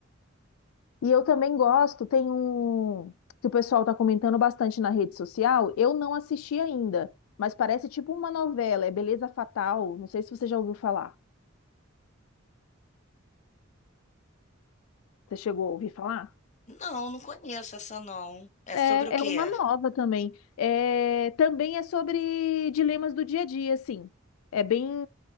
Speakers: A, on the left; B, on the left.
A: E eu também gosto, tem um que o pessoal tá comentando bastante na rede social. Eu não assisti ainda, mas parece tipo uma novela, é Beleza Fatal. Não sei se você já ouviu falar. Você chegou a ouvir falar?
B: Não, não conheço essa não. É
A: É,
B: sobre o quê?
A: é uma nova também. É, também é sobre dilemas do dia a dia, assim. É bem